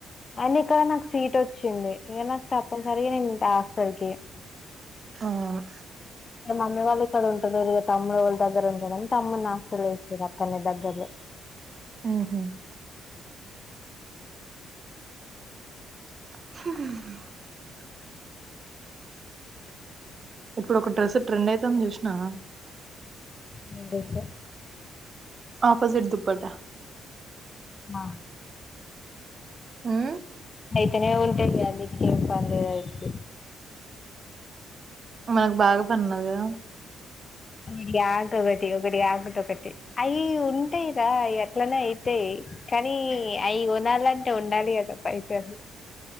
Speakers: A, on the left (about 35°); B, on the right (about 40°).
A: అయిన ఇక్కడ నాకు సీట్ వచ్చింది, ఇగ నాకు తప్పనిసరిగా నేను ఇగా హాస్టల్కే.
B: ఆవును
A: మమ్మీ వాళ్ళు ఇక్కడ ఉంటలేరు ఇగ తమ్ముడు వాళ్ళ దగ్గర ఉంటడని తమ్మున్ని హాస్టల్ల వేసింరు అక్కడే దగ్గరనే
B: హుహ్ హ్ ఇప్పుడు ఒక డ్రెస్ ట్రెండ్ అయితాంది చూసినవా.
A: నేను చూసా
B: ఆపోజిట్ దుప్పట్ట
A: ఆ
B: హ్మ్
A: అయితేనే ఉంటాయి అన్నిటికేం పనిలేదు ఆయిటికీ
B: మనకు బాగా పనున్నది కదా
A: ఒకటి కాకొకటి ఒకటి కాకుంటొకటి అయి ఉంటాయిరా అయ్ అట్లనే అయితాయి కానీ అయి కొనాలంటే ఉండాలి కదా పైసల్